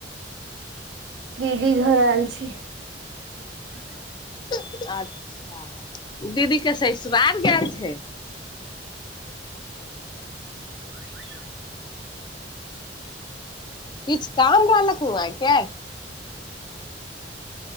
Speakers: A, on the right (about 80°); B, on the left (about 25°).
A: दीदी घर ऐल छी <unintelligible>
B: अच्छा दीदी के सेसुराल गेल छै।
A: <unintelligible>
B: किछ काम रहलक हूआके